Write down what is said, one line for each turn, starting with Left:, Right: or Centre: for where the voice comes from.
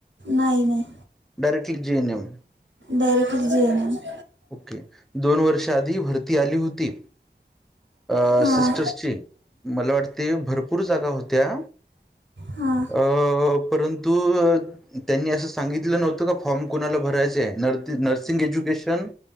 Right: नाही-नाही.
Centre: Directly G. M. M.
Right: Directly G. M. M.
Centre: Okay दोन वर्ष आधी भरती आली होती. अ
Right: हां
Centre: सिस्टर्सची. मला वाटते भरपूर जागा होत्या
Right: हां
Centre: अ परंतु त्यांनी असं. सांगितलं नव्हतं का फॉर्म कोणाला भरायचाय नर्सिंग एज्युकेशन.